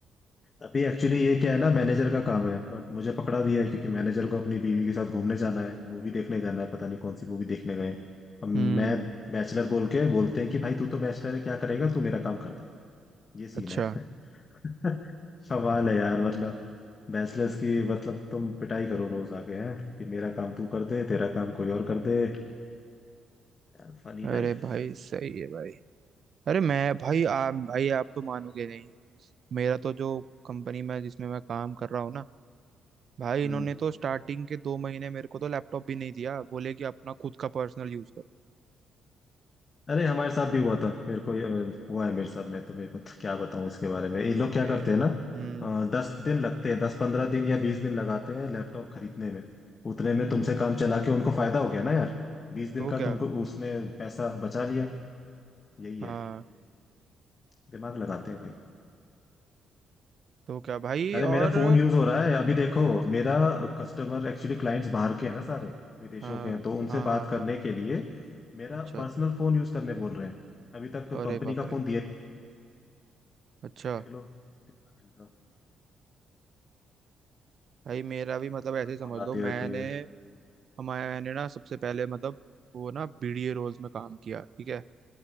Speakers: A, on the left (about 40°); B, on the right (about 55°).
A: अभी एक्चुअली ये क्या है ना मैनेजर का काम है बट मुझे पकड़ा दिया है क्योंकि मैनेजर को अपनी बीवी के साथ घूमने जाना है मूवी देखने जाना है पता नहीं कौन सी मूवी देखने गए हैं। अब मैं
B: हम्म
A: बैचलर बोल के बोलते हैं कि भाई तू तो बैचलर है क्या करेगा तू मेरा काम कर दे ये सीन
B: अच्छा
A: है <laughs> सवाल है यार मतलब बैचलर्स की मतलब तुम पिटाई करो रोज आगे हैं कि मेरा काम तू कर दे तेरा काम कोई और कर दे यार फनी
B: अरे
A: लाइफ
B: भाई सही है भाई अरे मैं भाई आ, भाई आप तो मानोगे नहीं मेरा तो जो कंपनी में जिसमें मैं काम कर रहा हूँ ना भाई
A: हम्म
B: इन्होंने तो स्टार्टिंग के दो महीने मेरे को तो लैपटॉप भी नहीं दिया बोले कि अपना खुद का पर्सनल यूज करो
A: अरे हमारे साथ भी हुआ था मेरे को ये हुआ है मेरे साथ मैं तुम्हें बत, क्या बताऊं इसके बारे में ये लोग क्या
B: मेरा
A: करते हैं ना
B: हम्म
A: अ, दस दिन लगते हैं दस पंद्रह दिन या बीस दिन लगाते हैं लैपटॉप खरीदने में उतने में
B: हम्म
A: तुमसे काम चला के उनको फायदा हो गया ना यार बीस दिन
B: तो
A: का
B: क्या
A: तुमको उसने पैसा बचा लिया यही
B: हाँ
A: है दिमाग लगाते हैं भाई
B: तो क्या भाई
A: अरे मेरा
B: और
A: फोन यूज हो रहा है अभी देखो मेरा कस्टमर एक्चुअली क्लाइंट्स बाहर के हैं ना सारे विदेशों
B: हाँ
A: के हैं तो उनसे
B: हाँ हाँ
A: बात करने
B: हाँ
A: के लिए मेरा
B: अच्छा
A: पर्सनल फोन यूज करने बोल रहे हैं अभी तक
B: अरे
A: कंपनी
B: बाप
A: का फोन
B: रे
A: दिया ही
B: अच्छा
A: नहीं देख लो
B: भाई मेरा भी मतलब ऐसे समझ
A: कौन
B: लो
A: आती
B: मैंने
A: रहती है
B: हमारे मैंने ना सबसे पहले मतलब वो ना बीडीए रोल्स में काम किया ठीक है